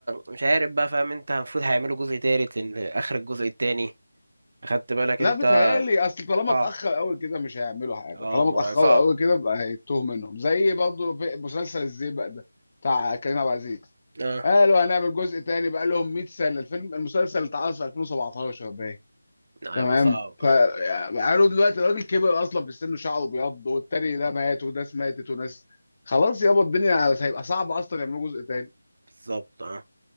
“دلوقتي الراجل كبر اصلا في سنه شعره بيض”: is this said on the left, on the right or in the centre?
Left